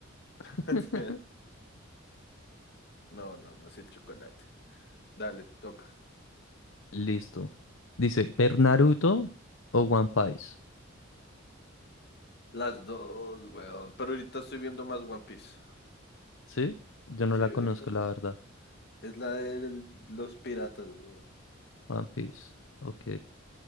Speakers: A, on the left; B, on the left.
A: <laughs>
B: <laughs>
A: No, no, no, sí, el chocolate. Dale, te toca.
B: Listo. Dice, ¿ver Naruto o One Piece?
A: Las dos, weón. Pero ahorita estoy viendo más One Piece.
B: ¿Sí? Yo no
A: Sí,
B: la conozco,
A: ahorita.
B: la
A: sí.
B: verdad.
A: Es la de los piratas, weón.
B: One Piece. Ok.